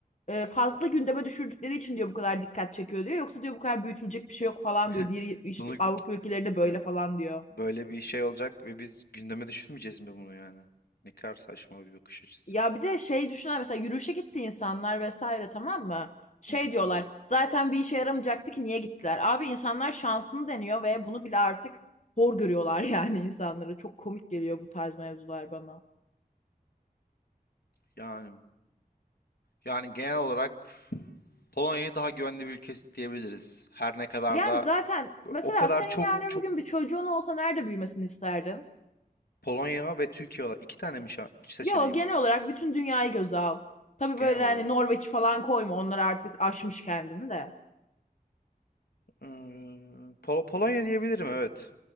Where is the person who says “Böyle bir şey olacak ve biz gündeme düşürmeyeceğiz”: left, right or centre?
Left